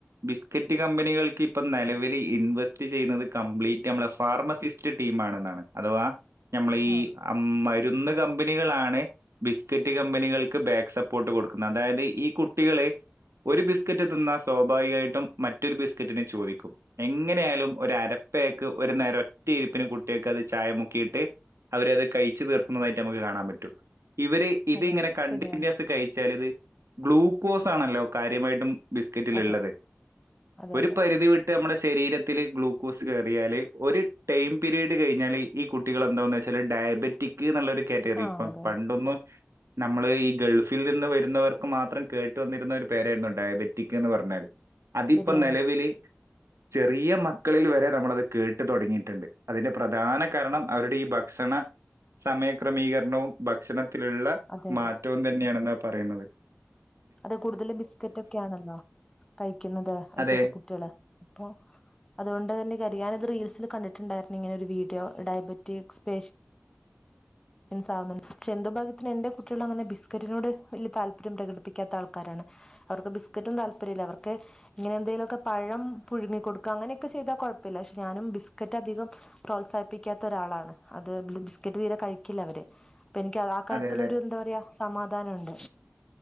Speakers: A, on the right; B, on the left.
A: ബിസ്ക്കറ്റ് കമ്പനികൾക്ക് ഇപ്പം നിലവിലി ഇൻവെസ്റ്റ് ചെയ്യുന്നത് കംപ്ലീറ്റ് നമ്മ ഫാർമസിസ്റ്റ് ടീം ആണെന്നാണ് അഥവാ നമ്മൾ ഈ
B: ആഹ്
A: മരുന്ന് കമ്പനികളാണ് ബിസ്കറ്റ് കമ്പനികൾ ക് ബാക്സപ്പ് പ്പോട്ട് കൊടുക്കുന്നത് അതായത് ഈ കുട്ടി കുട്ടികൾ ഒരു ബിസ്കറ്റ് തിന്നാൽ സ്വാഭാവികമായിട്ടും മറ്റൊരു ബിസ്കറ്റിനെ ചോദിക്കും എങ്ങനെ ആയാലും ഒരു അരപ്പേയേക്ക് ഒരു നേരം ഒറ്റ ഇരിപ്പിന് കുട്ടിയക്ക് അത് ചായ മുക്കിയിട്ട് അവരത് കഴിച്ചു തീർക്കുന്നതായിട്ട് നമുക്ക് കാണാൻ പറ്റും ഇവര് ഇതിങ്ങനെ
B: അതെ
A: കണ്ടി-
B: ശരിയാണ്
A: പിന്യാസ് കഴിച്ചാൽ ഇത് ഗ്ലൂക്കോസ് ആണല്ലോ കാര്യമായിട്ടും ബിസ്കറ്റില
B: അതെ
A: ഇള്ളത്
B: അതെ
A: ഒരു
B: അതെ
A: പരിധി വിട്ട് നമ്മുടെ ശരീരത്തിൽ ഗ്ലൂക്കോസ് കയറിയാൽ ഒരു ടൈം പീരീഡ് കഴിഞ്ഞാൽ ഈ കുട്ടികൾെന്താെന്ന് വെച്ചാൽ ഡയബറ്റിക് നല്ലൊരു കാറ്റഗറി
B: ആഹ്
A: ഇപ്പം
B: അതെ
A: പണ്ടൊന്ന്
B: അതെ
A: നമ്മള് ഈ ഗൾഫിൽ നിന്ന് വരുന്നവർക്ക് മാത്രം കേട്ട് വന്നിരുന്ന ഒരു പേരായിരുന്നു ഡയബറ്റിക് എന്ന് പറഞ്ഞാൽ അതിപ്പ
B: ശരിയാണ്
A: നിലവില് ചെറിയ മക്കളിൽ വരെ നമ്മളത് കേട്ട് തുടങ്ങിയിട്ട ണ്ട് അതിന്റെ പ്രധാന കാരണം അവരുടെ ഈ ഭ ക്ഷണ സമയക്രമീകരണവും ഭക്ഷണ ത്തിലുള്ള
B: അതെ
A: മാറ്റ
B: അതെ
A: തന്നെയണെന്നാ പറയണത്
B: അത് കൂടുതലും ബിസ്കറ്റ് ഒക്കെയാണല്ലോ കഴിക്കുന്നത് ഇപ്പത്തെ
A: അതെ.
B: കുട്ടികള് അപ്പൊ അതുകൊണ്ട് തന്നെ ക ഞാനത് റീൽസിൽ കണ്ടി ട്ടാണ്ടായി ഇങ്ങനെ ഒരു വീഡിയോ ഡയബറ്റിക് സ്പേ മൻസുന്നുണ്ട് പക്ഷെ എന്തോ ഭഗത്തിന് എന്റെ കുട്ടികള അങ്ങനെ ബിസ്ക്കറ്റിനോട് വലിയ താല്പര്യം പ്രകടിപ്പിക്കാത്ത ആൾക്കാരാണ് അവർക്ക് ബിസ്ക്കറ്റും താല്പര്യല്ല അവർക്ക് ഇങ്ങനെ എന്തെങ്കിലുമൊക്കെ പഴം പുഴുങ്ങി കൊടുക്കുക അങ്ങനെയൊക്കെ ചെയ്തൽ കുഴപ്പമില്ല പക്ഷെ ഞാനും ബിസ്ക്കറ്റ് അധികം പ്രോത്സാഹിപ്പിക്കാത്ത ഒരാളാണ് അത് ബിസ്ക്കറ്റ് തീരെ കഴി ക്കില്ല അവര് അപ്പൊ എനിക്ക് അത് ആ കാര്യത്തിലൊ
A: അതെ, അതെ.
B: എന്താ പറയാ സമാധാനംണ്ട്